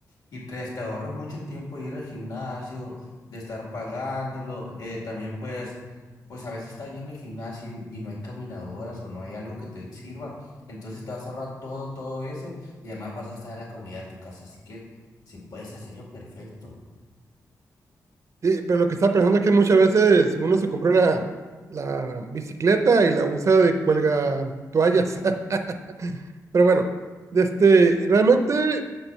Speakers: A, on the left (about 65°); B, on the right (about 50°).
A: Y tres, te ahorras mucho tiempo de ir al gimnasio, de estar pagándolo. Eh, también pues, pues a veces está lleno el gimnasio y, y no hay caminadoras o no hay algo que te sirva. Entonces te vas a ahorrar todo, todo eso y además vas a estar en la comodidad de tu casa. Así que si puedes hacerlo, perfecto.
B: Sí, pero lo que estaba pensando es que muchas veces uno se compra una, la bicicleta y la usa de cuelga toallas. <laughs> Pero bueno, de este, realmente